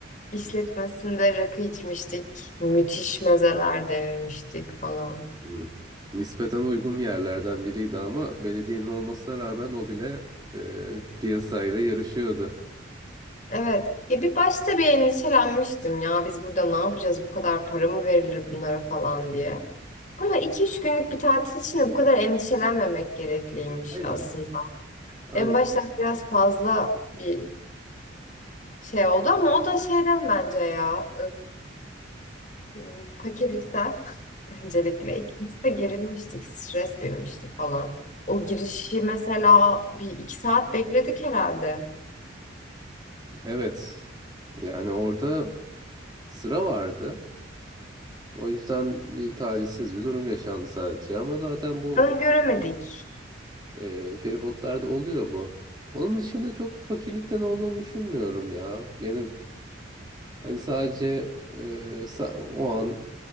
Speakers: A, on the left; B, on the right.
A: işletmesinde rakı içmiştik. Müthiş mezeler denemiştik falan.
B: Hı. Nispeten uygun yerlerden biriydi ama belediyenin olmasına rağmen o bile e, piyasayla yarışıyordu.
A: Evet. Ya bir başta bir endişelenmiştim ya biz burada ne yapacağız bu kadar para mı verilir bunlara falan diye. Ama iki üç günlük bir tatil için de bu kadar endişelenmemek gerekliymiş
B: Aynen.
A: aslında.
B: Aynen.
A: En başta biraz fazla bir şey oldu ama o da şeyden bence ya. Yani Fakirlikten <laughs> öncelikle ikimiz de gerilmiştik, stres binmişti falan. O girişi mesela bir iki saat bekledik herhalde.
B: Evet. Yani orada sıra vardı. O yüzden bir talihsiz bir durum yaşandı sadece. Ama zaten bu
A: Öngöremedik.
B: e, feribotlarda oluyor bu. Onun dışında çok fakirlikten olduğunu düşünmüyorum ya. Yine Hani sadece e, sa- o an